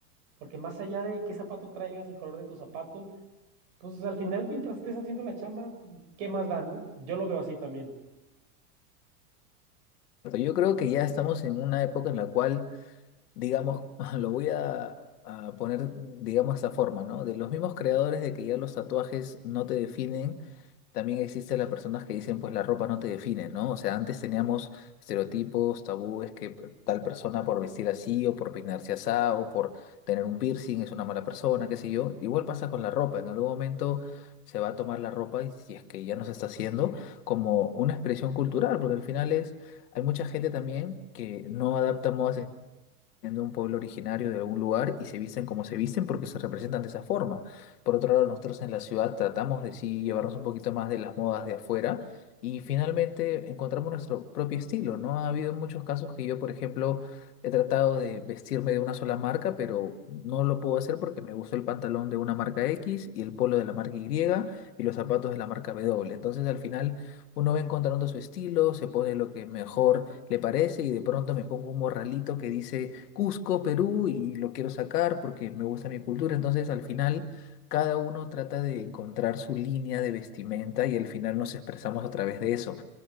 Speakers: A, on the right (about 40°); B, on the left (about 85°).
A: Porque más allá de qué zapato traigas, el color de tu zapato, pues al final mientras estés haciendo la chamba, pues, ¿qué más da, no? Yo lo veo así también.
B: Yo creo que ya estamos en una época en la cual digamos, <laughs> lo voy a, a poner, digamos, de esta forma, ¿no? De los mismos creadores de que ya los tatuajes no te definen, también existen las personas que dicen, pues la ropa no te define, ¿no? O sea, antes teníamos estereotipos, tabúes, que p- tal persona por vestir así o por peinarse así o por tener un piercing es una mala persona, qué sé yo. Igual pasa con la ropa, en algún momento se va a tomar la ropa y si es que ya no se está haciendo como una expresión cultural, porque al final es, hay mucha gente también que no adapta modas de un pueblo originario de algún lugar y se visten como se visten porque se representan de esa forma. Por otro lado, nosotros en la ciudad tratamos de sí llevarnos un poquito más de las modas de afuera y finalmente encontramos nuestro propio estilo, ¿no? Ha habido muchos casos que yo, por ejemplo, he tratado de vestirme de una sola marca, pero no lo puedo hacer porque me gustó el pantalón de una marca X y el polo de la marca Y y los zapatos de la marca W. Entonces, al final uno va encontrando su estilo, se pone lo que mejor le parece y de pronto me pongo un morralito que dice Cusco, Perú y lo quiero sacar porque me gusta mi cultura. Entonces al final cada uno trata de encontrar su línea de vestimenta y al final nos expresamos a través de eso.